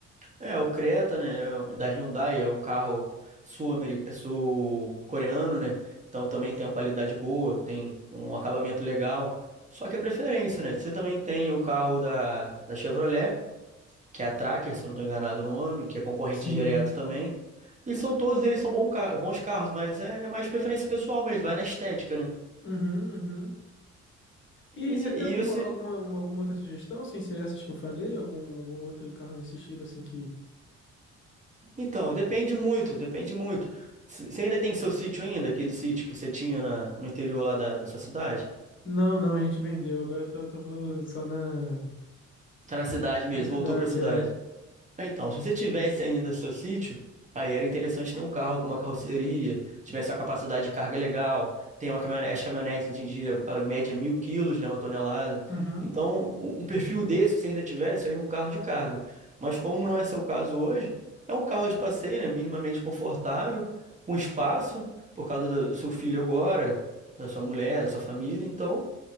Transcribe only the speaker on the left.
Sim.
Uhum, uhum. E
você tem alguma,
alguma, uma- alguma outra sugestão, sem ser essas que eu falei? Algum, algum outro carro nesse estilo, assim, que...
Não, não, a gente vendeu. Agora eu tô, tô <laughs> só na,
na cidade,
é.
Uhum.